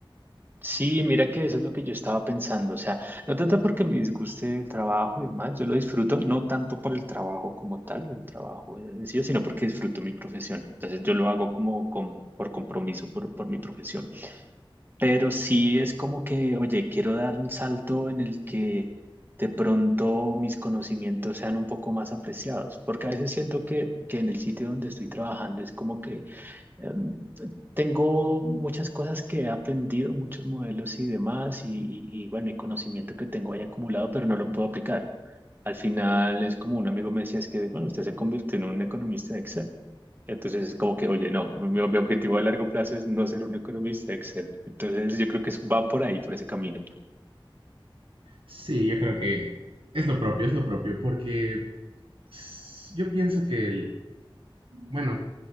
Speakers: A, on the right; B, on the right.
A: Sí, mira que eso es lo que yo estaba pensando, o sea, no tanto porque me disguste el trabajo y demás, yo lo disfruto no tanto por el trabajo como tal, el trabajo en sí, sino porque disfruto mi profesión, entonces yo lo hago como con- por compromiso, por, por mi profesión, pero sí es como que, oye, quiero dar un salto en el que de pronto mis conocimientos sean un poco más apreciados, porque a veces siento que, que en el sitio donde estoy trabajando es como que em, tengo muchas cosas que he aprendido, muchos modelos y demás, y, y- y, bueno, y conocimiento que tengo ahí acumulado, pero no lo puedo aplicar. Al final es como un amigo me decía, es que, bueno, usted se convirtió en un economista de Excel. Entonces es como que, oye, no, mi, mi objetivo a largo plazo es no ser un economista de Excel. Entonces yo creo que es- va por ahí, por ese camino.
B: Sí, yo creo que es lo propio, es lo propio, porque s- yo pienso que el, bueno,